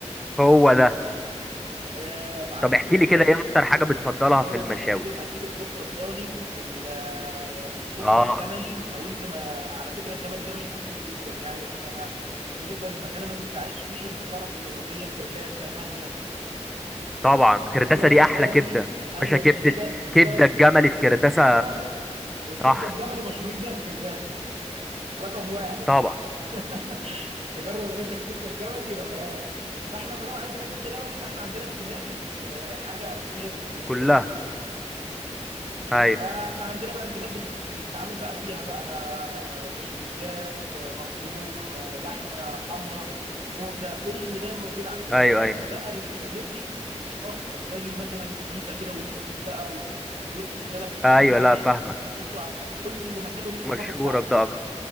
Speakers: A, in the centre; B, on the right (about 55°).
A: هو ده
B: آه، معاك
A: طب
B: الكفته
A: احكي لي كده ايه اكتر حاجه بتفضلها
B: اه
A: في
B: يا
A: المشاوي
B: باشا اديك اديك الكفته الضاني ال- آه، الكفته
A: اه
B: الجملي لو انت ما على فكره الجملي ده مش مشهور جدا يعني بس انا بالنسبه للمكان اللي انا كنت عايش فيه انت تعرف المريوطيه كرداسه ناهيه
A: طبعا كرداسه
B: دي يا باشا
A: دي احلى
B: بلدي
A: كبده
B: ايوه
A: باشا كبده
B: يا باشا دي ب-
A: كبده
B: دي بلدي
A: الجملي
B: الاساسيه
A: في كرداسه
B: اه الكبده
A: صح
B: الجملي مشهورين بيها في كرداسه رقم واحد
A: طبعا
B: <laughs> تجرب يا باشا الكبده الجملي روقان فاحنا ما دام عندنا كبده جملي يبقى احنا عندنا الجمال آه، حاجه اساسيه في ال-
A: كلها
B: في اللحوم
A: ايوه
B: فاحنا عندنا بقى الجمال بتت- بتتعامل بقى فيها بقى مشويات مفروم لحمه حمراء موزه كل ده موجود عندنا
A: ايوه
B: لكن
A: ايوه
B: البقري والجاموسي مش اكتر زي مثلا الجيزه كده والمنيب بقى و- ووسط البلد الاماكن
A: ايوه لا
B: دي
A: فاهمك
B: انتوا يعني كل مكان وليه الثقافه
A: مشهوره
B: بتاعته
A: بده اكتر